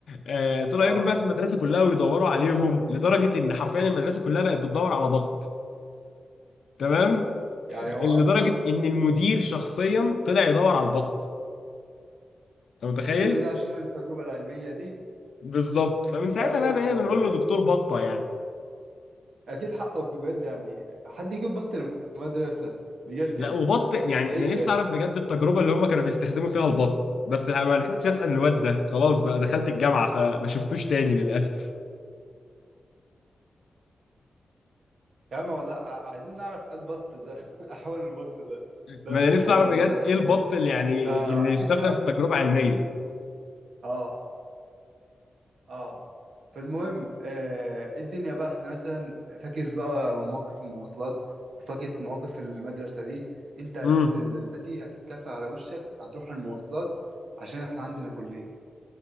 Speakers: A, on the left (about 75°); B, on the right (about 85°).
A: آه، طلعوا
B: اه
A: يجروا بقى في المدرسة كلها ويدوروا عليهم لدرجة ان حرفيا المدرسة كلها بقت بتدور على بط تمام
B: يعني هو
A: لدرجة
B: اصلا
A: ان المدير شخصيا طلع يدور على البط انت متخيل
B: كل ده عشان التجربة العلمية دي
A: بالظبط فمن ساعتها
B: لا بجد
A: بقى بقينا
B: ال...
A: بنقول له دكتور بطه يعني
B: اكيد حقك بجد يعني حد يجيب بط المدرسة بجد
A: لا
B: يعني
A: وبط يعني
B: ايه
A: انا
B: ده
A: نفسي اعرف بجد التجربه اللي هم كانوا بيستخدموا فيها البط بس لا، ما لحقتش اسال الواد ده خلاص بقى دخلت الجامعه فما شفتوش تاني للاسف
B: يا عم والله ع- عايزين نعرف ايه البط ده <laughs> احول البط ده لا
A: ما
B: بجد
A: انا نفسي
B: الموضوع
A: اعرف بجد
B: بيضحك
A: ايه البط
B: موت
A: اللي يعني
B: فعلى
A: اللي يستخدم
B: فكرة
A: في تجربه علميه
B: اه اه فالمهم آه الدنيا بقى احنا مثلا فاكس بقى مواقف المواصلات وفاكس مواقف المدرسة دي انت هتنزل
A: امم
B: دلوقتي هتتكافئ على وشك هتروح المواصلات عشان احنا عندنا كلية